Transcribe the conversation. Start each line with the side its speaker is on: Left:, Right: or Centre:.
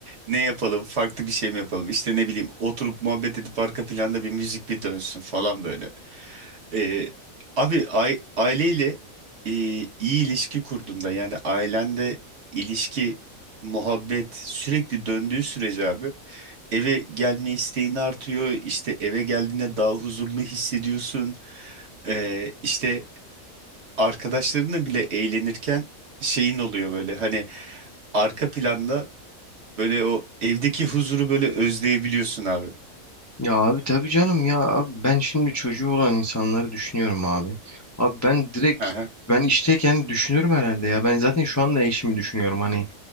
Right: ne yapalım farklı bir şey mi yapalım işte ne bileyim oturup muhabbet edip arka planda bir müzik bir dönsün falan böyle. Ee, abi ai- aileyle e, iyi ilişki kurduğunda yani ailende ilişki muhabbet sürekli döndüğü sürece abi eve gelme isteğin artıyor işte eve geldiğinde daha huzurlu hissediyorsun. Ee, işte arkadaşlarınla bile eğlenirken şeyin oluyor böyle hani arka planda böyle o evdeki huzuru böyle özleyebiliyorsun abi.
Left: Ya abi tabii canım ya abi ben şimdi çocuğu olan insanları düşünüyorum abi. Abi ben direkt
Right: Hı hı.
Left: ben işteyken düşünürüm herhalde ya. Ben zaten şu anda eşimi düşünüyorum hani.